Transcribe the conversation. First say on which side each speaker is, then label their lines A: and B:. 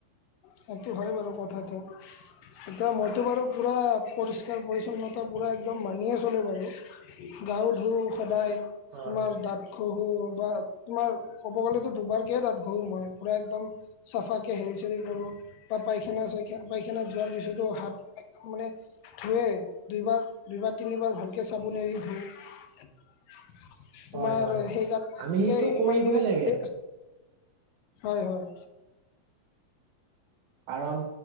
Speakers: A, on the left; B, on the right.
A: সেইটো হয় বাৰু, কথাটো। এতিয়া মইতো বাৰু, পুৰা পৰিষ্কাৰ-পৰিচ্ছন্নতা পুৰা একদম মানিয়ে চলোঁ বাৰু। গাওঁ ধুওঁ সদায়,
B: হয়
A: তোমাৰ দাঁত ঘহু বা তোমাৰ ক'ব গ'লেতো দুবাৰকে দাঁত ঘহু মই, পুৰা একদম চাফাকে হেৰি চৰি কৰোঁ, বা পাইখানা চাইখানা যোৱাৰ পিছতো হাত মানে ধোৱে, দুইবাৰ দুইবাৰ তিনিবাৰ ভালকে চাবোন এদি ধুও। তোমাৰ
B: হয় হয়
A: সেইকাৰণে,
B: আমি সেইটো কৰিবই
A: ইমান দিনে
B: লাগে
A: ভা হয় হয়।
B: কাৰণ,